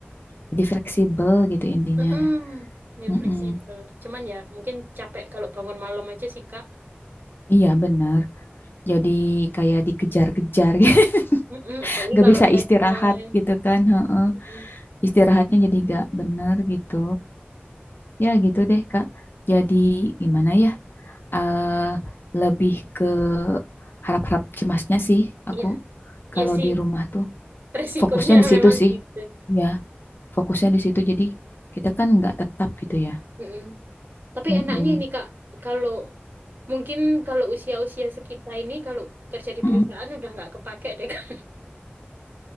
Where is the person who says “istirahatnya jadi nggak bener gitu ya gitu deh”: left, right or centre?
Left